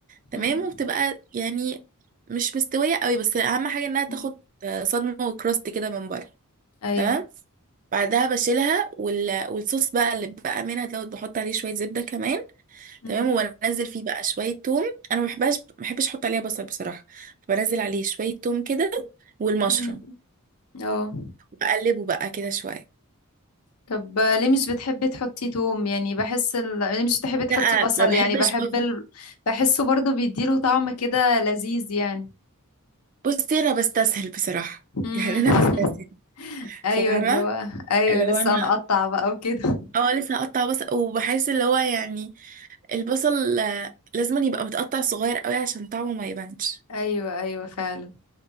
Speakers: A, on the right; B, on the left.
A: تمام
B: امم
A: وبتبقى يعني مش مستويه قوي بس اهم حاجه انها تاخد
B: امم
A: آه، صدمه وكراست كده من بره
B: ايوه
A: تمام بعدها بشيلها وال... والصوص بقى اللي بقى منها دوت بحط عليه شويه زبده كمان
B: امم
A: تمام وبنزل فيه بقى شويه توم انا ما بحبهاش ما بحبش احط عليها بصل بصراحه بنزل عليه شويه توم كده والمشروم
B: امم اه
A: بقلبه بقى كده شويه
B: طب ليه مش بتحبي تحطي توم يعني بحس ال... ليه مش بتحبي تحطي
A: لا
B: بصل
A: ما بحبش
B: يعني بحب
A: بصل
B: ال... بحسه برضو بيديله طعم كده لذيذ يعني
A: بصي انا بستسهل بصراحه <laughs>
B: امم
A: يعني انا
B: <laughs>
A: بستسهل
B: ايوه
A: فاهمه
B: اللي هو ايوه
A: اللي
B: لسه
A: هو انا
B: هنقطع بقى وكده
A: اه لسه هقطع بصل وبحس اللي هو يعني البصل آه، لازم يبقى متقطع صغير قوي عشان طعمه ما يبانش
B: ايوه ايوه فعلا